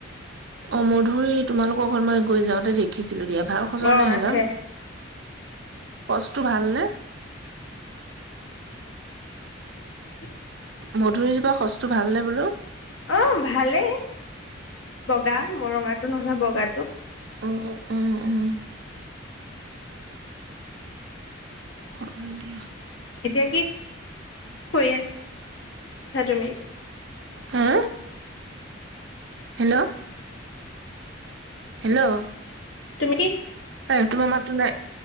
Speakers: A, on the right; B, on the left.
A: অ ', মধুৰিতোমালোকৰ ঘৰত মই গৈ যাওঁতে দেখিছিলো দিয়া ভাল খচৰ
B: অ
A: নাই
B: আছে
A: ন, সচটো ভালনে?
B: <inaudible>
A: মধুৰিজোপা সচটো ভালনে বোলো?
B: অ ', ভালেই বগা মৰঙাটো নহয়, বগা,
A: উম -উম-উম- উম হয় দিয়া।
B: এতিয়া কি কৰি আছা তুমি?
A: হা, হেল্ল', হেল্ল',
B: তুমি?
A: এ ', তোমাৰ মাততো নাই,